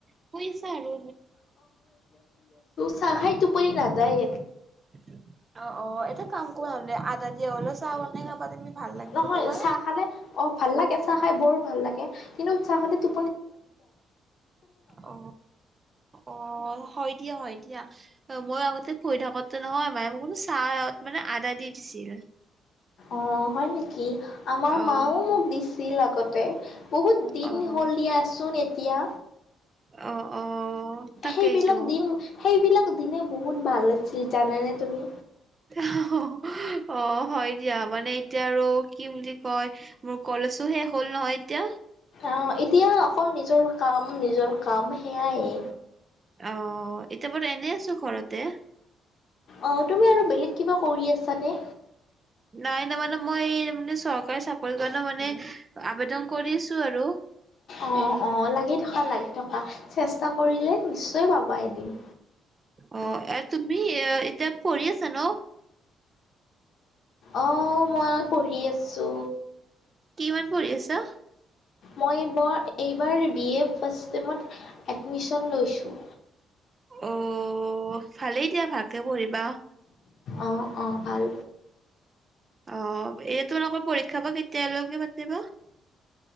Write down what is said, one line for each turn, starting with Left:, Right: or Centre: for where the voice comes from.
Right: শুই আছা আৰু
Left: চাহখাই টোপনি নাজায়
Right: <inaudible> অ অ এটা কাম কৰা নহ'লে আদা দিয়া হ'লেও চাহ বনাই খাবা তুমি ভাল লাগিব
Left: নহয়
Right: তোমাৰ।
Left: চাহ খালে অঁ ভাল লাগে চাহ খাই বৰ ভাল লাগে কিন্তু চাহ খালে টো
Right: অ অহ হয় দিয়া হয় দিয়া। অ মই আগতে পঢ়ি থাকোতে নহয় মায়ে মোক মানে চাহত মানে আদা দি দিছিল।
Left: অ হয় নেকি? আমাৰ
Right: অ'
Left: মাও মোক দিছিল আগতে বহুত দিন
Right: অ'
Left: হ'ল দিয়াচোন এ এতিয়া
Right: অ' অ' তাকেইতো।
Left: সেইবিলাক দিন সেইবিলাক দিনে বহুত ভাল লাগ লাগিছিল জানা নে তুমি
Right: অ হ হ অ হয় দিয়া মানে এতিয়া আৰু কি বুলি কয় মোৰ কলেছো শেষ হ'ল নহয় এতিয়া
Left: অ এতিয়া অকল নিজৰ কাম নিজৰ কাম সেয়াই
Right: অ এতিয়া বাৰু এনেই আছোঁ ঘৰতে
Left: অ তুমি আৰু বেলেগ কিবা কৰি আছানে?
Right: নাই ন মানে মই মানে চক চাকৰি কাৰণে মানে আবেদন কৰিছো আৰু।
Left: অঁ অঁ লাগি থকা লাগি চেষ্টা কৰিলে নিশ্চয় পাবা এদিন।
Right: অ এ তুমি এ এতিয়া পঢ়ি আছা ন?
Left: অহ মই পঢ়ি আছো।
Right: কিমান পঢ়ি আছা?
Left: মই বৰ এইবাৰ বি এ ফাৰ্ষ্ট টেমত এডমিশ্ন লৈছোঁ।
Right: অ। ভালেই দিয়া ভাল। ভাল কে পঢ়িবা।
Left: অ অ ভাল।
Right: অ এ তোমালোকৰ পৰীক্ষা বা কেতিয়ালৈকে পাতিবা।